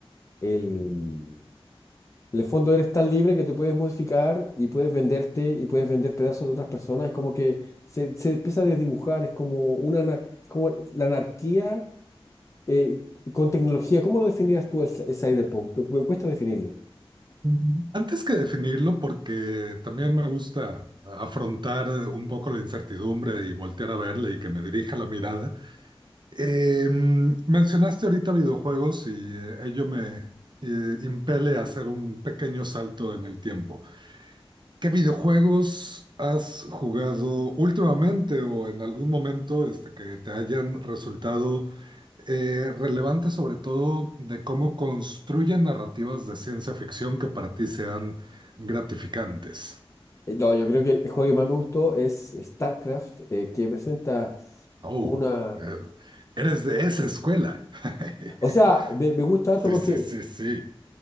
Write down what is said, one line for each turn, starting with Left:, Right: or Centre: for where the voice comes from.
Left: el En el fondo eres tan libre que te puedes modificar y puedes venderte y puedes vender pedazos de otras personas. Es como que se, se empieza a desdibujar, es como una, ana- es como la anarquía eh, con tecnología. ¿Cómo lo definirías tú el, cy- el cyberpunk? Me me cuesta definirlo.
Right: Ujú. Antes que definirlo, porque también me gusta afrontar un poco la incertidumbre y voltear a verla y que me dirija la mirada. Eh, mencionaste ahorita videojuegos y eh, ello me eh, impele a hacer un pequeño salto en el tiempo. ¿Qué videojuegos has jugado últimamente o en algún momento este, que te hayan resultado eh, relevantes, sobre todo de cómo construyen narrativas de ciencia ficción que para ti sean gratificantes?
Left: Eh, No, yo creo que el el juego que más me gustó es StarCraft, eh, que presenta
Right: Oh,
Left: una...
Right: eh, eres de esa escuela. <laughs>
Left: O sea, me, me gusta harto
Right: Sí,
Left: porque,
Right: sí, sí,
Left: es-
Right: sí.